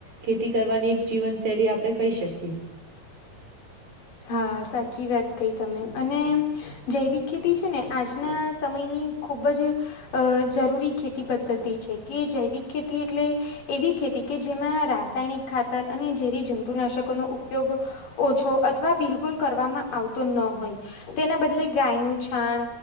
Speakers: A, on the right; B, on the left.
A: ખેતી કરવાની એક જીવનશૈલી આપડે કહી શકીએ.
B: હા સાચી વાત કઈ તમે અને જૈવિક ખેતી છે ને આજના સમયની ખૂબ જ અ જરૂરી ખેતી પધ્ <unintelligible> છે કે જૈવિક ખેતી એટલે એવી ખેતી કે જેમાં રાસાયણિક ખાતર અને ઝેરી જંતુનાશકોનો ઉ ઉપયોગ ઓછો અથવા કરવામાં આવતો ન હોય તેના બદલે ગાય નુ છાણ